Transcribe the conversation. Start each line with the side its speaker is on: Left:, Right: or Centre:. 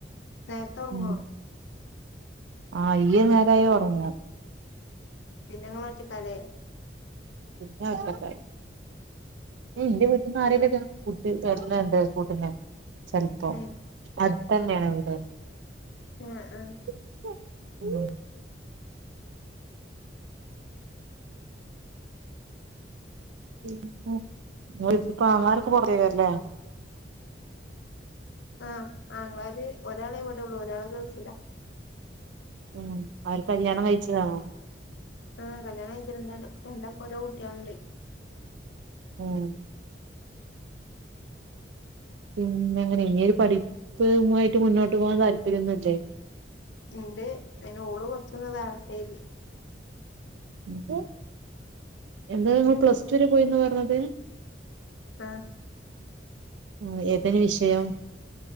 Left: നേരതുറങ്ങുവോ
Right: ഉം ആഹ് യ്യ് നേരയൽ ഓറങ്ങും
Left: പിന്നെ നിങ്ങള ഒറ്റക്കാലേ
Right: പിന്നെ ഒറ്റക്കായി മ് എന്റെ വീട്ടിൽന്ന് ആരലൊക്ക കൂട്ടി വരനുണ്ട് കൂട്ന് ചിലപ്പോ
Left: ഏഹ്
Right: അടുന്നെയാണ് വീട്
Left: ആഹ ആഹ
Right: <unintelligible> <unintelligible> നിങ്ങളെ ടുത്ത് ഇപ്പപ്പ അങ്ങാളാ രൊക്കെ പുറത്തേക്കരല്ലേ
Left: ആ ആങ്ങളാര് ഒരാളെവിടെള്ളൂ ഒരാൾ ഗൾഫില
Right: ഉം അവര് കല്യാണം കഴിച്ചതാണോ
Left: ആഹ് കല്യാണം കഴിച് രണ്ടക് രണ്ടക്ക് ഓരോ കുട്ടിൾണ്ട്
Right: ഉം പിന്നെ അങ്ങനെ ഇങ്ങൊരു പഠിപ്പ് യി മുന്നോട്ട് പോകൻ താല്പര്യംന്നുല്ലേ
Left: ഇൻട് അയിന് ഓള് കൊറച്ചൊന്ന് തവട്ടെ തി
Right: എന്ത എന്താ നിങ്ങൾ പ്ലസ് ടുവരെ പോയിന്ന് പറഞ്ഞത്
Left: ആഹ
Right: ഉ ഏതൊനു വിഷയം